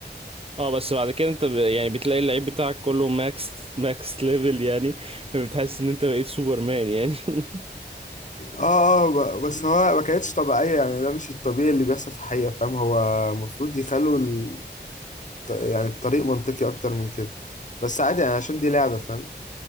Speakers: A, on the right; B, on the left.
A: اه بس بعد كده انت ب... يعني بتلاقي اللعيب بتاعك كله ماكس ماكس ليفل يعني فبتحس ان انت بقيت سوبرمان يعني <laughs>
B: اه اه ب- بس هو ما كانتش طبيعية يعني ده مش الطبيعي اللي بيحصل في الحقيقة فاهم هو المفروض يخلوا ال... يعني الطريق منطقي أكتر من كده بس عادي يعني عشان دي لعبة فاهم